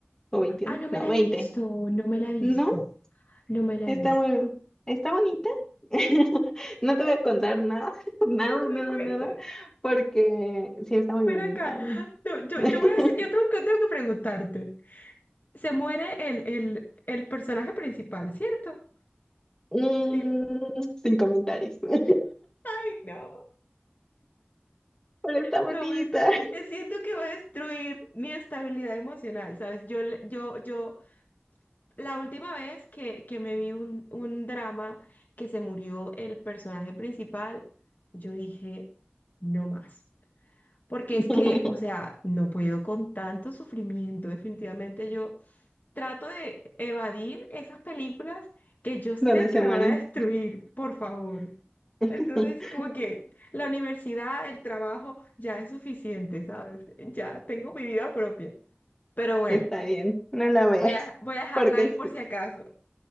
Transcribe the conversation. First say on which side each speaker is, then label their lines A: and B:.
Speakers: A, on the left (about 15°); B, on the left (about 50°).
A: o XXI.
B: Ah, no me
A: No,
B: la
A: 20.
B: he visto, no me la he visto,
A: ¿No?
B: no me la
A: Está
B: he visto.
A: muy, está bonita. <laughs> No te voy a contar nada, <laughs> nada,
B: No me la
A: nada,
B: cuentes.
A: nada, porque sí está muy
B: Ven
A: bonita.
B: acá. No, yo,
A: <laughs>
B: yo voy a hacer, yo tengo que, tengo que preguntarte. Se muere el, el, el personaje principal, ¿cierto?
A: Mm,
B: Di-
A: sin comentarios. <laughs> Pero
B: Ay, no.
A: está bonita.
B: No, pues eh, siento que va a destruir mi estabilidad emocional, ¿sabes? Yo, le- yo, yo. La última vez que, que me vi un, un drama que se murió el personaje principal, yo dije, no más. Porque es
A: <laughs>
B: que, o sea, no puedo con tanto sufrimiento. Definitivamente yo trato de evadir esas películas que yo sé
A: Donde se
B: que me
A: mueren.
B: van a destruir, por favor.
A: <laughs>
B: Entonces, como que la universidad, el trabajo, ya es suficiente, ¿sabes? Ya tengo mi vida propia. Pero bueno,
A: Está bien, no la veas.
B: voy a, voy a dejarla
A: Porque
B: ahí
A: sí,
B: por si acaso.